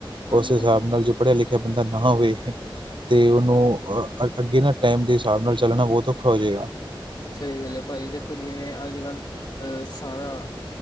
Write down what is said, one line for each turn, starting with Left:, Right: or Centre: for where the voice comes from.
Left: ਹਾਂਜੀ
Right: ਉਸ ਹਿਸਾਬ
Left: ਹਾਂਜੀ
Right: ਨਾਲ, ਜੇ ਪੜ੍ਹਿਆ ਲਿਖਿਆ ਬੰਦਾ ਨਾ ਹੋਵੇ ਤੇ,
Left: ਹਾਂਜੀ।
Right: ਉਹਨੂੰ ਅ ਅੱਗੇ ਨਾ ਟਾਈਮ ਦੇ ਹਿਸਾਬ ਨਾਲ, ਚੱਲਣਾ ਬਹੁਤ ਔਖਾ ਹੋ ਜਾਏਗਾ
Left: ਸਹੀ ਗੱਲ ਏ, ਭਾਜੀ ਦੇਖੋ ਜਿਵੇਂ ਅੱਜ-ਕੱਲ੍ਹ ਅਹ ਸਾਰਾ